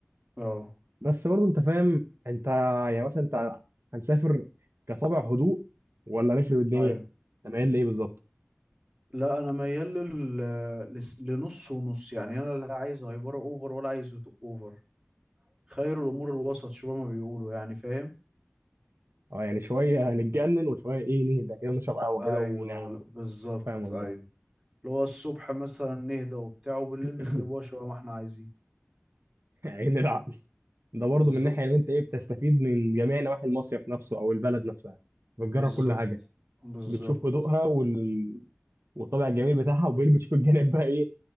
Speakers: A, on the right (about 20°); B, on the right (about 85°).
A: اه
B: بس برضه انت فاهم انت يعني مثلا انت هنسافر كطابع هدوء ولا نخرب الدنيا
A: ايوه
B: انت مايل لايه بالظبط؟
A: لا انا ميال لل... لس- لنص ونص يعني انا لا عايز هايبره اوفر ولا عايز هدوء اوفر خير الأمور الوسط شبه ما بيقولوا يعني فاهم
B: اه يعني شويه هنتجنن وشويه ايه نهدى كده نشرب قهوه كده
A: أيوه
B: ونعل
A: بالظبط
B: فاهم قصدي؟
A: أيوه اللي هو الصبح مثلا نهدى وبتاع وبالليل
B: <laughs>
A: نخربوها شبه ما احنا عايزين
B: عين العقل ده برضه
A: بالظبط
B: من ناحيه ان انت ايه بتستفيد من جميع نواحي المصيف نفسه او البلد نفسها بتجرب
A: بالظبط
B: كل حاجه
A: بالظبط
B: بتشوف هدوءها وال... والطابع الجميل بتاعها وبيلبسوا في الجانب بقى ايه